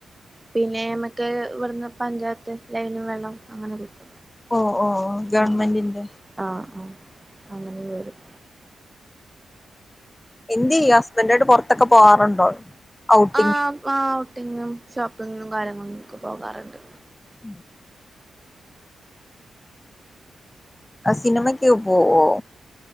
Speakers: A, on the right; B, on the left.
A: പിന്നെ നമക്ക് ഇവിടുന്ന് പഞ്ചായത്ത് ലൈന വെള്ളം അങ്ങനെ കിട്ടും
B: ഓഹ് ഓഹ് ഗവൺമെന്റിന്റെ
A: ആഹ് ആഹ് ആഹ് അങ്ങനെ വരും
B: എന്തുചെയ്യാ ഹസ്ബൻഡ ആയിട്ട് പുറത്തൊക്കെ പോവാറുണ്ടോ ഔട്ടിങ്
A: ആഹ് ഔട്ടിങ്ങിനും ഷോപ്പിങ്ങിനും കാര്യങ്ങളുംക്ക് പോകാറുണ്ട്
B: ഉം ആ ഹ് സിനിമയ്ക്ക് പോവോ